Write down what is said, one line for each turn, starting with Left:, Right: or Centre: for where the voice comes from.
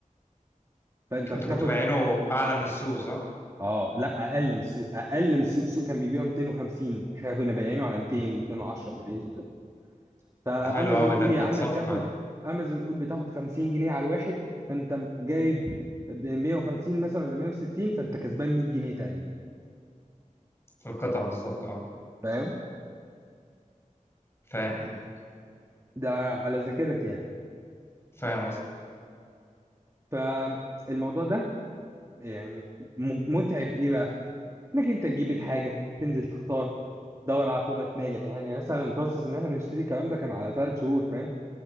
Right: فانت
Left: انتوا
Right: بتاخد
Left: كنتوا بايعينه اعلى من السوق صح
Right: اه لا اقل من السوق اقل من السوق السوق كان بيبيعه 250 احنا كنا بايعينه على 200 210 في الرينج ده. فامازون
Left: ده حلو قوي
Right: قول
Left: ده
Right: يا
Left: كانت
Right: عم
Left: صفقه
Right: بتاخد
Left: دي
Right: امازون قول بتاخد 50 جنيه على الواحد فانت جايب ب 150 مثلا ولا 160 فانت كسبان 100 جنيه تقريبا
Left: في القطعه بالظبط اه
Right: فاهم
Left: فاهم ايوه
Right: ده على ذاكرتي يعني
Left: فاهم قصدك
Right: فالموضوع ده يعني م- متعب ايه بقى انك انت تجيب الحاجه تنزل تختار تدور على برودكت ناجح يعني مثلا البروسيس ان احنا نشتري الكلام ده كان على ثلاث شهور فاهم